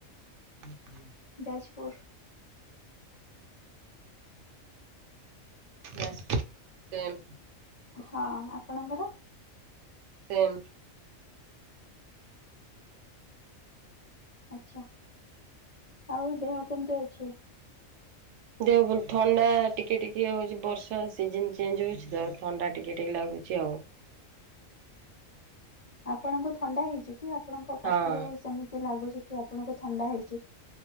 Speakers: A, on the right; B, on the left.
A: ଉଁ ହୁଁ।
B: ଯାଜପୁର।
A: ବାସ ସେମ୍।
B: ହଁ ଆପଣଙ୍କର?
A: ସେମ୍।
B: ଆଛା ଆଉ ଦେହ କେମିତି ଅଛି?
A: ଦେହ ଭଲ ଥଣ୍ଡା ଟିକେ ଟିକେ ହଉଛି ବର୍ଷା ସିଜିନି ଚେଞ୍ଜ ହୋଉଛି ତ ଥଣ୍ଡା ଟିକେ ଟିକେ ଲାଗୁଛି ଆଉ।
B: ଆପଣଙ୍କୁ ଥଣ୍ଡା ହେଇଛି କି ଆପଣଙ୍କ କଥାରୁ
A: ହଁ
B: ସେମିତି ଲାଗୁଛି କି ଆପଣଙ୍କୁ ଥଣ୍ଡା ହେଇଛି।